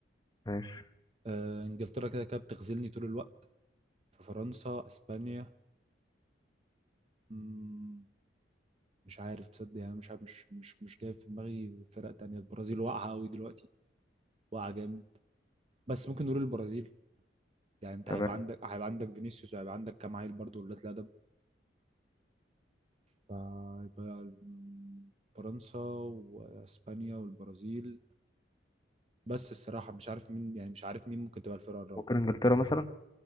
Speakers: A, on the left; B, on the right.
A: ماشي
B: آه انجلترا كده كده بتغزلني طول الوقت ففرنسا اسبانيا مم، مش عارف تصدق يعني مش عارف مش مش مش جاي في دماغي فرق تانية البرازيل واقعه قوي دلوقتي واقعه جامد بس ممكن نقول البرازيل يعني انت
A: تمام
B: هيبقى عندك هيبقى عندك فينيسيوس وهيبقى عندك كام عيل برضه ولاد الادب فيبقى فرنسا واسبانيا والبرازيل بس الصراحه مش عارف مين يعني مش عارف مين ممكن تبقى الفرقه الرابعه
A: ممكن انجلترا مثلا